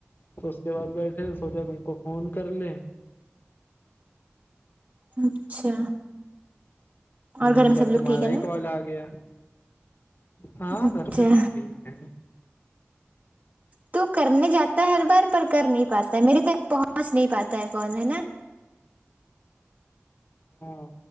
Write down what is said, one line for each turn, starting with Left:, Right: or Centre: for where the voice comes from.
Left: تو اس کے بعد بیٹھے سوچا تم کو فون کر لے
Right: اچھا
Left: ہ
Right: اور گھر میں
Left: پر
Right: سب لوگ
Left: تمہارا
Right: ٹھیک ہے نا
Left: ہی کال آ گیا ہاں
Right: اچھا
Left: گھر پہ سب ٹھیک ہے
Right: تو کرنے جاتا ہے ہر بار پر کر نہیں پاتا ہے میرے تک پہنچ سمج نہیں پاتا ہے کال ہے نا
Left: ہاں